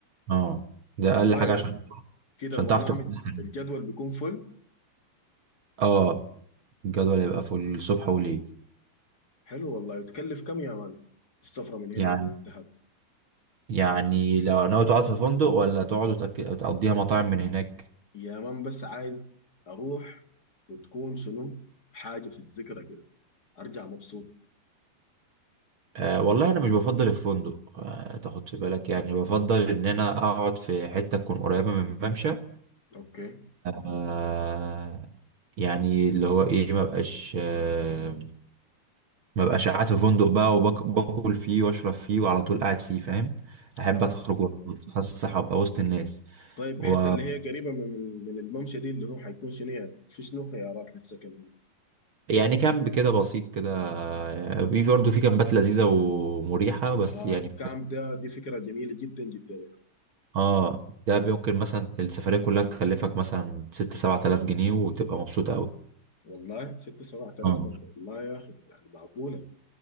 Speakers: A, on the right; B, on the left.
A: اه ده
B: والله
A: أقل حاجة
B: يعني
A: عشان
B: كده
A: عشان
B: البرنامج
A: تعرف تتبسط
B: الجدول بيكون فل
A: اه الجدول يبقى في الصبح وليل
B: حلو والله وتكلف كم يا مان السفرة من هنا
A: يعني
B: للدهب
A: يعني لو ناوي تقعد في فندق ولا تقعد وتأك- تقضيها مطاعم من هناك
B: يا مان بس عايز أروح وتكون شنو حاجة في الذكرى كده أرجع مبسوط
A: آه والله انا مش بفضل الفندق آه تاخد في بالك يعني بفضل ان انا اقعد في حته تكون قريبه من الممشى
B: أوكي
A: آه يعني اللي هو ايه ما بقاش آه ما بقاش قاعد في فندق بقى وباكل فيه واشرب فيه وعلى طول قاعد فيه فاهم احب
B: أها
A: اخرج واتفسح وابقى وسط الناس
B: طيب الحتة
A: و
B: اللي هي قريبة من من من الممشى دي اللي هو حيكون شنو يعني في شنو خيارات للسكن هنا
A: يعني كامب كده بسيط كده آه، في برضه في كامبات لذيذة ومريحة بس
B: آه
A: يعني
B: كام ده دي فكرة جميلة جدا جدا يعني
A: اه ده ممكن مثلا السفرية كلها تكلفك مثلا ست سبعة آلاف جنيه وتبقى مبسوط أوي
B: والله ستة سبعة آلاف
A: اه
B: من- والله يا أخي يعني معقولة